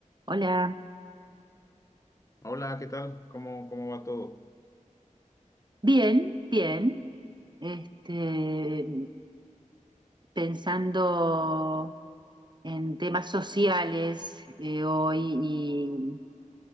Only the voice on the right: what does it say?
Hola,
bien, bien. Este, pensando en temas sociales eh, hoy y,